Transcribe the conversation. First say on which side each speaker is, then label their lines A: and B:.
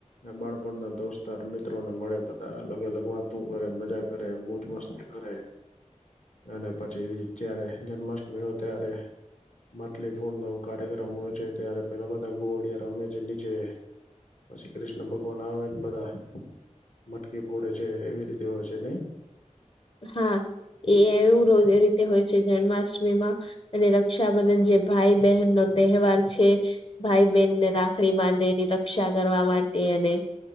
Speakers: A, on the left; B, on the left.
A: બાળપણ ના દોસ્તાર મિત્રોને મળે બધા અલગ અલગ વાતો કરે મજા કરે મોજ મસ્ત કરે. અને પછી જયારે જન્માષ્ટમી હોય ત્યારે. માટલી ફોડ નો કાર્યક્રમ હોય છે ત્યારે પેલા બધા ગોવાડિયા રમે છે નીચે. પછી કૃષ્ણ ભગવાન આવેને બધા મટકી ફોડે છે એવી રીતે હોય છે નઈ.
B: હા, એ એવું રોજ રીતે હોય. જન્માષ્ટમીમાં અને રક્ષાબંધન જે ભાઈ બહેન નો તહેવાર છે. ભાઈ બહેનને રાખડી બાંધે એની રક્ષા કરવા માટે અને